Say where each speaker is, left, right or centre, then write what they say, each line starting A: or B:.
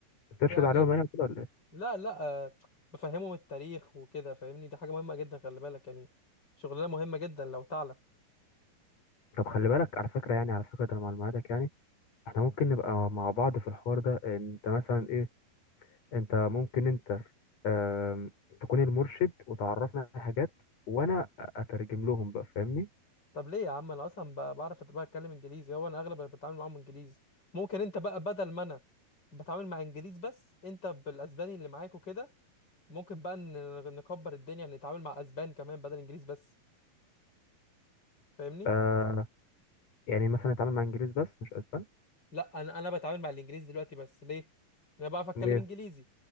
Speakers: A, on the left; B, on the left.
A: ترشد
B: يعني
A: عليهم يعني كده ولا ايه
B: لا لا آه، بفهمهم التاريخ وكده فاهمني دي حاجة مهمة جدا خلي بالك يعني شغلانة مهمة جدا لو تعلم
A: طب خلي بالك على فكره يعني على فكره ده أنا معلوماتك يعني احنا ممكن نبقى مع بعض في الحوار ده انت مثلا ايه انت ممكن انت آم، تكون المرشد وتعرفنا على حاجات وانا اترجم لهم بقى فاهمني
B: طب ليه يا عم انا اصلا ب- بعرف أت- بتكلم انجليزي هو انا اغلب اللي بتعامل معاهم انجليزي ممكن انت بقى بدل ما انا بتعامل مع انجليز بس انت بالاسباني اللي معاك وكده ممكن بقى ن- نكبر الدنيا نتعامل مع اسبان كمان بدل انجليز بس فاهمني
A: آه يعني مثلا نتعامل مع انجليز بس مش اسبان
B: لا انا انا بتعامل مع الانجليزي دلوقتي بس ليه انا بعرف اتكلم
A: ايه
B: انجليزي